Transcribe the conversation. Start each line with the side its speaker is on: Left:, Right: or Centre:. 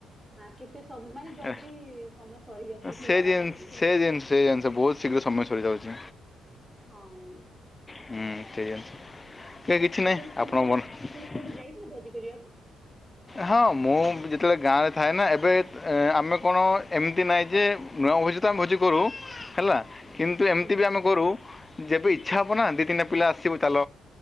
Centre: ନା କେତେ ସମ ମାନେ ଜଲ୍ଦି
Left: ଏ
Centre: ସମୟ ସରିଯାଉଛି କିଛି
Left: ସେଇଦିନ
Centre: ଜଣା ପଡୁନି
Left: ସେଇଦିନ ସେ ଜିନିଷ ବହୁତ ଶୀଗ୍ର ସମୟ ସରିଯାଉଛି।
Centre: ହଁ ଉଁ।
Left: ହୁଁ ସେଇଆ ଏ କିଛି
Centre: ଆପଣ
Left: ନାହିଁ
Centre: କୋଉଠି
Left: ଆପଣଙ୍କ
Centre: ଯାଇ
Left: ମନ।
Centre: ଆପଣ କୋଉଠି ଯାଇଥିଲେ ଭୋଜି କରିବାକୁ
Left: ହଁ ମୁଁ ଯେତେବେଳେ ଗାଁରେ ଥାଏ ନା ଏବେ ଏ ଆମେ କଣ ଏମିତି ନାହିଁ ଯେ ନୂଆଁ ଭୋଜି ତ ଆମେ ଭୋଜି କରୁ ହେଲା କିନ୍ତୁ ଏ
Centre: ହୁଁ
Left: ତି ବି ଆମେ କରୁ ଯେବେ ଇଚ୍ଛା ହେବ ନା ଦିଇ ତିନିଟା ପିଲା ଆସିବ ଚାଲ